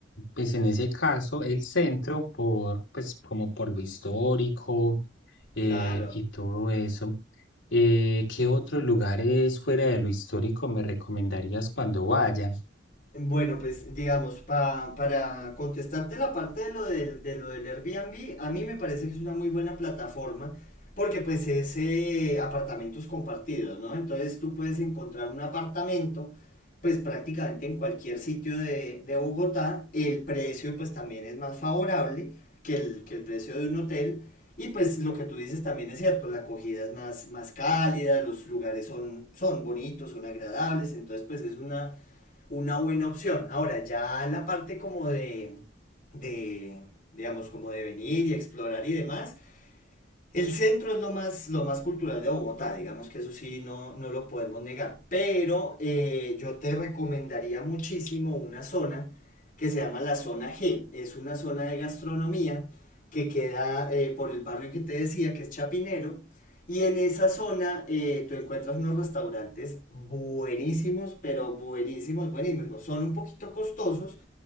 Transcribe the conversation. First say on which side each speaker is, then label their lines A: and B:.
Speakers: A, on the left; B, on the left.
A: pues en ese caso, el centro, por, pues como por lo histórico eh,
B: Claro.
A: y todo eso, eh, ¿qué otros lugares fuera de lo histórico me recomendarías cuando vaya?
B: Bueno, pues digamos, pa- para contestarte la parte de lo, del, de lo del Airbnb, a mí me parece que es una muy buena plataforma porque pues es eh, apartamentos compartidos, ¿no? Entonces tú puedes encontrar un apartamento pues prácticamente en cualquier sitio de, de Bogotá, el precio pues también es más favorable que el, que el precio de un hotel y pues lo que tú dices también es cierto, la acogida es más, más cálida, los lugares son, son bonitos, son agradables, entonces pues es una una buena opción. Ahora, ya la parte como de, de digamos, como de venir y explorar y demás, el centro es lo más, lo más cultural de Bogotá, digamos que eso sí no, no lo podemos negar. Pero eh, yo te recomendaría muchísimo una zona que se llama la zona G. Es una zona de gastronomía que queda eh, por el barrio que te decía, que es Chapinero. Y en esa zona eh, tú encuentras unos restaurantes buenísimos, pero buenísimos, buenísimos. Son un poquito costosos,